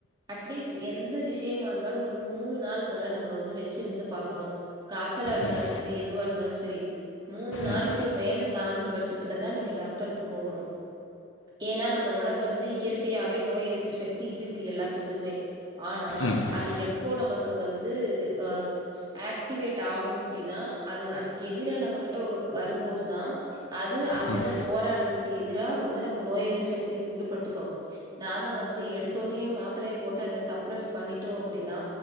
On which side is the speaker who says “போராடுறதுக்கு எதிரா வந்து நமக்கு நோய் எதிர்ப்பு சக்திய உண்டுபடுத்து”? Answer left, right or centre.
Right